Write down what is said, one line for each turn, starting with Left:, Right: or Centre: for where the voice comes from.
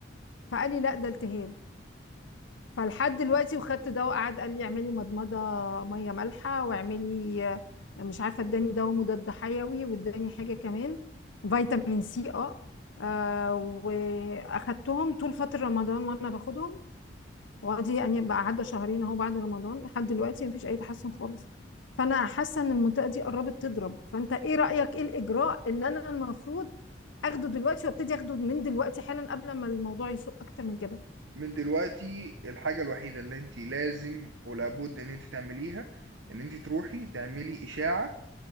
Left: فقال لي لا ده التهاب فلحد دلوقتي وخدت ده وقعد قال لي اعملي مضمضه ميه مالحه واعملي آه، مش عارفه اداني دواء مضاد حيوي واداني حاجه كمان فيتامين سي اه آه، واخدتهم طول فتره رمضان وانا باخدهم وادي يعني بقى عدى شهرين اهو بعد رمضان لحد دلوقتي مفيش اي تحسن خالص فانا حاسه ان المنطقه دي قربت تضرب فانت ايه رايك ايه الاجراء اللي انا المفروض اخده دلوقتي وابتدي اخده من دلوقتي حالا قبل ما الموضوع يسوء اكتر من كده
Right: من دلوقتي الحاجه الوحيده اللي انت لازم ولابد ان انت تعمليها ان انت تروحي تعملي اشاعه